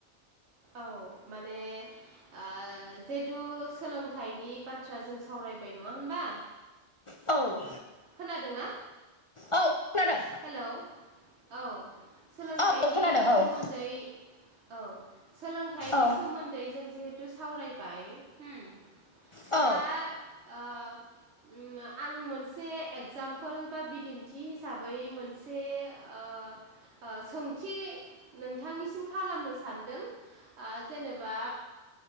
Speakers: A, on the right (about 75°); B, on the left (about 40°).
A: औ माने ओ जिहेतु सोलोंथाइनि बाथ्रा जों सावरायबाय नङा होनबा
B: औ
A: खोनादोंना
B: औ खोनादों
A: हेलौ औ सोलोंथाइनि
B: औ खोनादों औ
A: सोमोन्दै औ सोलोंथाइनि
B: औ
A: सोमोन्दै जों जिहेथु सावरायबाय होम
B: औ
A: दा ओ उम आं मोनसे एगजामपोल बा बिदिन्थि हिसाब बै मोनसे ओ ओ सोंथि नोंथांनिसिम खालामनो सानदों ओ जेनेबा